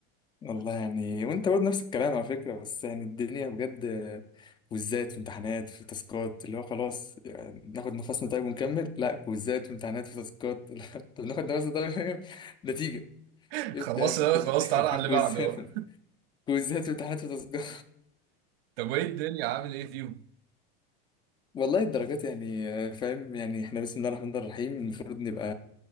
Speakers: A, on the left; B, on the right.
A: والله يعني وانت برضه نفس الكلام على فكرة بس يعني الدنيا بجد آه، كويزات وامتحانات في تاسكات اللي هو خلاص يعني ناخد نفسنا طيب ونكمل لا كويزات وامتحانات في تاسكات <laughs> لا، طب ناخد نفسنا طيب ونكمل. نتيجة
B: <laughs>
A: ابدأ
B: خلصت
A: يا ابني
B: ده
A: الترم
B: خلاص
A: التاني
B: تعالى على اللي
A: <laughs> كويزات
B: بعده بقى.
A: كويزات وامتحانات في تاسكات
B: طب وايه الدنيا عامل ايه فيهم
A: والله الدرجات يعني آه، فاهم يعني احنا بسم الله الرحمن الرحيم المفروض نبقى